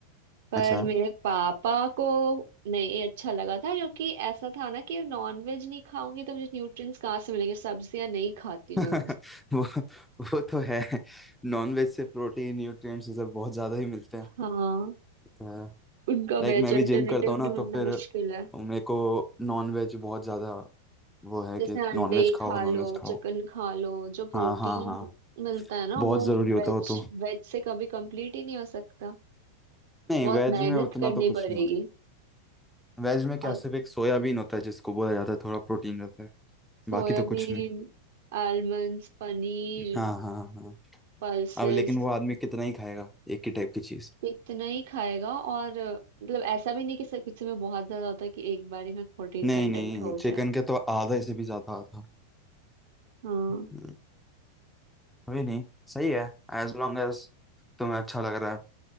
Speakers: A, on the right; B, in the centre.
A: पर
B: अच्छा
A: मेरे पापा को नहीं अच्छा लगा था क्योंकि ऐसा था ना कि नॉनवेज नहीं खाऊंगी तो मुझे न्यूट्रिएंट्स कहाँ से मिलेंगे सब्जियां नहीं खाती हूँ
B: <laughs>
A: मैं मोस्ट
B: वो वो तो है नॉनवेज से प्रोटीन न्यूट्रिएंट्स ये सब बहुत ज़्यादा ही मिलते हैं
A: हाँ
B: तो
A: उनका
B: लाइक
A: वेज
B: मैं भी
A: अल्टरनेटिव
B: जिम करता हूँ ना
A: ढूंढना
B: तो फिर
A: मुश्किल है
B: मेरे को नॉनवेज बहुत ज़्यादा वो है
A: जैसे
B: कि
A: अंडे
B: नॉनवेज
A: ही
B: खाओ
A: खा
B: नॉनवेज
A: लो
B: खाओ
A: चिकन खा लो जो प्रोटीन
B: हाँ हाँ हाँ
A: मिलता है ना
B: बहुत
A: वो
B: ज़रूरी होता
A: वेज
B: हो तो
A: वेज से कभी कंप्लीट ही नहीं हो सकता
B: नहीं
A: बहुत
B: वेज
A: मेहनत
B: में उतना
A: करनी
B: तो कुछ
A: पड़ेगी
B: नहीं होता वेज में क्या
A: और
B: सिर्फ एक सोयाबीन होता है जिसको बोला जाता है थोड़ा प्रोटीन रहता है
A: सोयाबीन
B: बाकी तो कुछ नहीं
A: आलमंड्स पनीर
B: हाँ हाँ हाँ
A: पल्सेस
B: अब लेकिन वो आदमी कितना ही खाएगा एक ही टाइप की चीज
A: कितना ही खाएगा और मतलब ऐसा भी नहीं कि सब कुछ में बहुत ज्यादा होता है कि एक बार ही में प्रोटीन
B: नहीं
A: कंटेंट
B: नहीं
A: हो जाए
B: चिकन के तो आधा से भी ज्यादा आता
A: हाँ
B: हम्म, कोई नहीं सही है एज लॉन्ग एज तुम्हें अच्छा लग रहा है